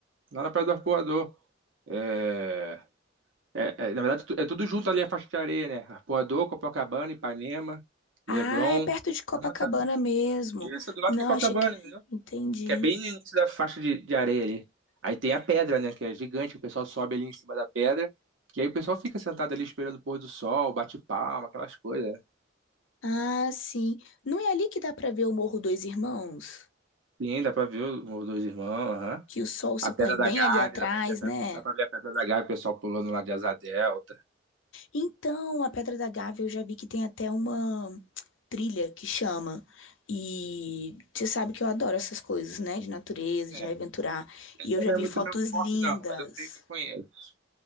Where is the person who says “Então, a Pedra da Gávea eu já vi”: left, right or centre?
Left